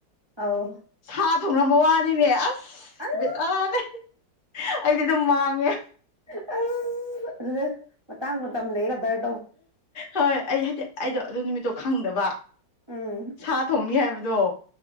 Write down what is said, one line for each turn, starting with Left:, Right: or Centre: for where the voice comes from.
Right: ꯑꯧ
Left: ꯁꯥ ꯊꯣꯡꯝꯕ ꯋꯥꯅꯤꯅꯦ ꯑꯁ
Right: ꯑꯂꯥ
Left: ꯕꯦꯔꯥꯅꯦ ꯑꯩꯗꯤ ꯑꯗꯨꯝ ꯃꯥꯡꯉꯦ
Right: ꯑꯜ ꯑꯗꯨ ꯃꯇꯥꯡ ꯃꯇꯝ ꯂꯩꯔꯗꯔ
Left: ꯍꯣꯏ ꯑꯩ ꯍꯥꯏꯗꯤꯠ ꯑꯩꯗꯣ ꯑꯗꯨ ꯅꯨꯃꯤꯠꯇꯣ ꯈꯪꯗꯕ
Right: ꯎꯝ
Left: ꯁꯥ ꯊꯣꯡꯅꯤ ꯍꯥꯏꯕꯗꯨ ꯑꯗꯣ